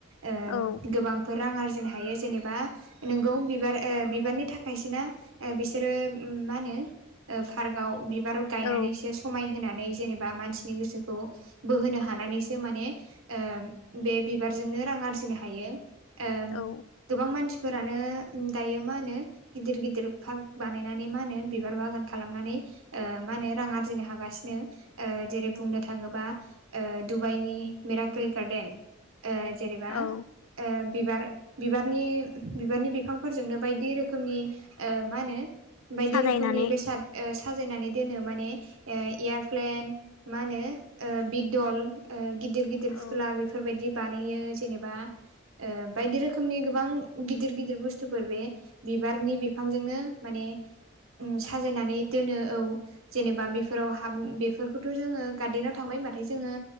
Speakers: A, on the right; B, on the left.
A: ओ
B: औ
A: गोबां फोर रां आरजिनो हायो जेनेबा ओ नोंगौ बिबार ओ बिबारनि थाखायसो ना ओ बिसोरो उम मा होनो ओ पार्काव बिबार गायनानैसो
B: औ
A: स समायहोनानै जेनेबा मानसिनि गोसोखौ बोहोनो हानानैसो माने ओ बे बिबारजोंनो रां आरजिनो हायो ओ
B: औ
A: गोबां मानसिफोरानो दायो मा होनो गिदिर गिदिर पार्क बानायनानै मा होनो बिबार बागान खालामनानै ओ मा होनो रां आरजिनो हागासिनो ओ जेरै
B: नंगौ
A: बुंनो थाङोबा ओ डुबाइनि मेराकेल गार्डेन ओ जेनेबा
B: औ
A: बिबार बिबारनि बिबारनि बिफांफोरजोंनो बायदि रोखोमनि मा होनो बायदि
B: साजायनानै
A: रोखोमनि बेसाद साजायनानै दोनो माने ओ एयारप्लेन मा होनो ओ बिगदल ओ गिदिर गिदिर फुथ्ला
B: औ
A: बेफोर बायदि बानायो जेनेबा ओ बायदि रोखोमनि गोबां गिदिर गिदिर बुस्थुफोर बे बिबारनि बिफांजोंनो माने उम साजायनानै दोनो औ जेनेबा बेफोराव हाब बेफोरखौथ' जोङो गार्देनाव थांबाय होनबाथाय जोङो